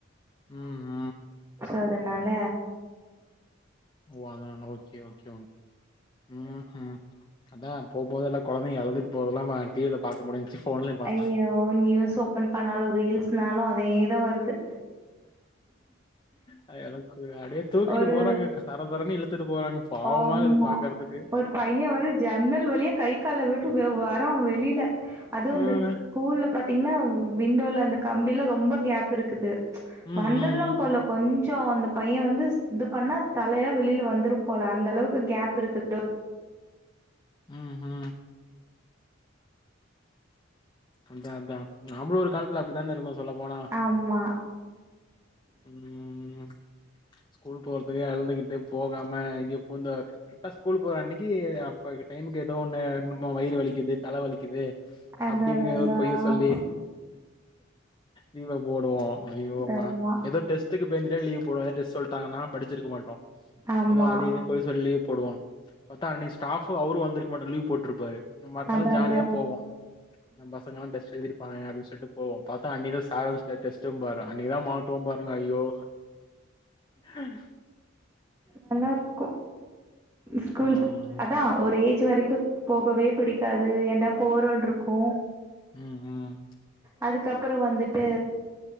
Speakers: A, on the left (about 25°); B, on the right (about 15°).
A: ம்
B: சோ அதுனால
A: போவாங்க அத்னால ஓகே ஓகே ம் ஹு அதா போம் போது எல்லா கொழந்தைங்க அழுதுட்டு போறதெல்லா ஆ டிவியில பாக்க முடிஞ்சுச்சு ஃபோன்லயும் பார்த்தேன்.
B: ஐயோ நியூஸ் ஓப்பன் பண்ணாலு ரீல்ஸ்னாலு அதே தா வருது
A: ஆ எல்லா கூட அப்டியே தூக்கிட்டு
B: ஒரு
A: போறாங்கக்கா தர தரன்னு இழுத்துட்டு போறாங்க பாவமா
B: ஆமா.
A: இருக்குது பாக்கறதுக்கு
B: ஒரு பையன் வந்து ஜன்னல் வழியா கை கால விட்டு வெ வரா வெளியில அதுவு அந்த
A: ம்.
B: ஸ்கூல்ல பாத்தீங்கன்னா விண்டோல அந்த கம்பிலா ரொம்ப கேப் இருக்குது
A: ம்,
B: வந்துரலா
A: ம், ம்.
B: போல கொஞ்ச அந்த பைய வந்து இது பண்ணா தலையெல்லா வெளியில வந்துரும் போல அந்தளவுக்கு கேப் இருக்கு டோர்
A: ம் ஹு அதா அதா நம்பளு ஒரு காலத்துல அப்டித்தானே இருந்தோ சொல்லப் போனா
B: ஆமா.
A: ம் ஸ்கூல் போறதுக்கே அழுதுக்கிட்டு போகாம இங்க போ இந்த கரெக்டா ஸ்கூல் போற அன்னைக்கு அப்ப டைமுக்கு ஏதோ ஒன்னு இன்னம வயிறு வலிக்குது தல வலிக்குது
B: அதான்
A: அப்டி இப்டினு
B: அதான்
A: ஏதோ
B: அதான்.
A: ஒரு பொய்ய சொல்லி லீவ போடுவோ ஐயோ அப்பா
B: ஆமா.
A: ஏதோ டெஸ்ட்டுக்கு பயந்துட்டே லீவ் போடுவோ எதா டெஸ்ட் சொ ட்டாங்கன்னா படிச்சிருக்க மாட்டோ
B: ஆமா.
A: ஏதோ அதையு இதையு பொய் சொல்லி போடுவோ பாத்தா அன்னைக்கு ஸ்டாஃபு அவரு வந்துருக்க மாட்றாரு லீவ் போட்ருப்பாரு நம் பாத்தால
B: அடடடா
A: ஜாலியா போவோ அந்த பசங்கெல்லா டெஸ்ட் எழுதிருப்பாங்க அப்டின்னு சொல்ட்டு போவோ பாத்தா அன்னிக்கிதா சார ஸ்டெஸ்ட்டும்பாரு அன்னிக்கிதா மாட்டுவோ பாருங்க ஐயோ ஆஹ்
B: நல்லாருக்கும் ஸ்கூல்
A: ம்
B: போற அதா ஒரு ஏஜ் வரைக்கு போகவே பிடிக்காது ஏண்டா போறோன் இருக்கு
A: ம் ம்
B: அதுக்கப்புற வந்துட்டு